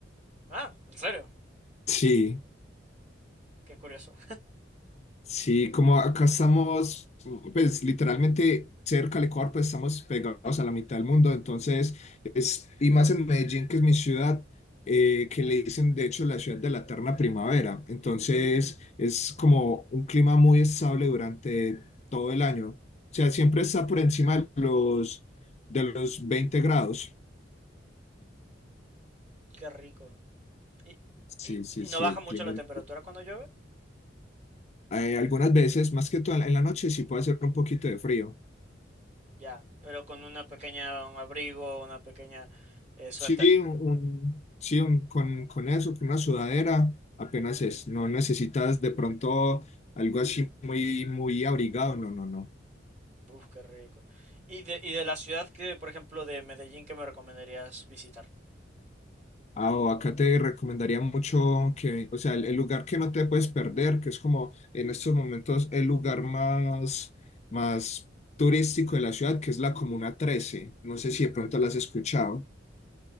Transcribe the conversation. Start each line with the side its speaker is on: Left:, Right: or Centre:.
Right: Ah, ¿en serio?
Left: Sí,
Right: Qué curioso.
Left: Sí, como acá estamos, pues literalmente cerca del Ecuador, pues estamos pegados a la mitad del mundo, entonces es, y más en Medellín, que es mi ciudad, eh, que le dicen de hecho la ciudad de la eterna primavera, entonces es como un clima muy estable durante todo el año, o sea, siempre está por encima de los, de los 20 grados.
Right: <laughs> Qué rico. ¿Y,
Left: Sí,
Right: y,
Left: sí,
Right: y
Left: sí,
Right: no baja
Left: el
Right: mucho
Left: clima.
Right: la temperatura cuando llueve?
Left: eh, algunas veces, más que todo en la noche, sí puede hacer un poquito de frío.
Right: Ya, pero con una pequeña, un abrigo, una pequeña eh, suéter.
Left: Sí, un, sí, un- con, con eso, con una sudadera, apenas es. No necesitas de pronto algo así muy, muy abrigado, no, no, no.
Right: Uf, qué rico. ¿Y de, y de la ciudad que, por ejemplo, de Medellín, que me recomendarías visitar?
Left: Ah, o acá te recomendaría mucho que, o sea, el, el lugar que no te puedes perder, que es como en estos momentos el lugar más, más turístico de la ciudad, que es la Comuna trece No sé si de pronto la has escuchado.